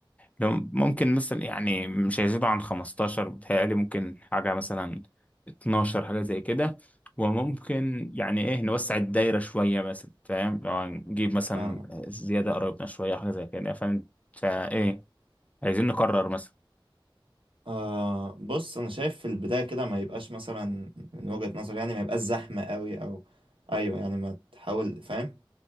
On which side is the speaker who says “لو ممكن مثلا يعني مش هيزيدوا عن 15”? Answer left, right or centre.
Left